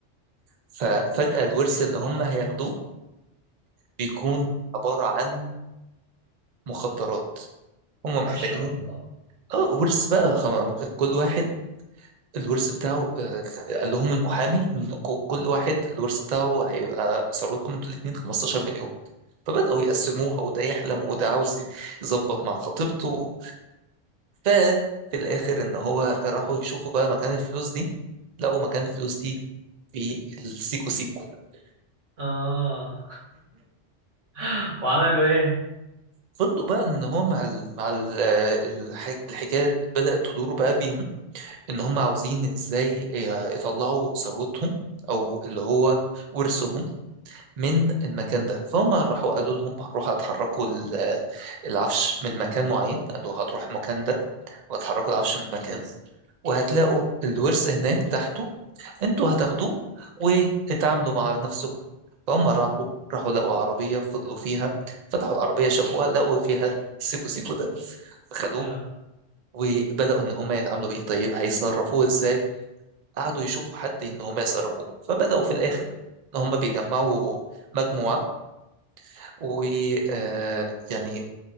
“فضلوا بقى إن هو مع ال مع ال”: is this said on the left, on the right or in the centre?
Right